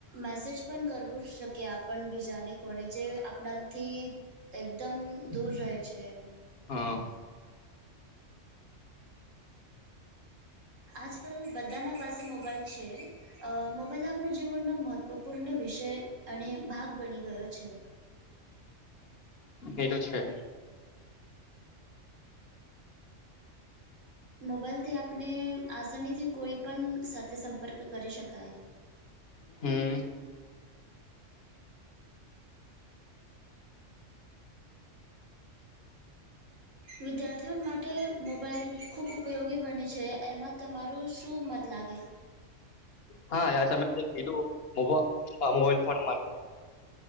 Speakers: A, on the right (about 80°); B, on the left (about 55°).
A: મેસેજ પણ કરવું શકી આપણ બીજાને કોણે જે આપણાથી. એકદમ દૂર રહે છેને.
B: હા.
A: આજકાલ બધાના પાસે મોબાઈલ છે. અ મોબાઈલ આપણ જીવનનો મહત્વપૂર્ણ વિષય અને ભાગ બની ગયો છે.
B: એ તો છે.
A: મોબાઈલથી આપણે આસાનીથી કોઈ પણ સાથે સંપર્ક કરી શકાય.
B: હમ્મ.
A: વિદ્યાર્થીઓ માટે મોબાઈલ ખૂબ ઉપયોગી બને છે. એમાં તમારું શું મત લાગે?
B: હા આ તમે જે કીધું <unintelligible> આ મોબાઈલ ફોન <inaudible>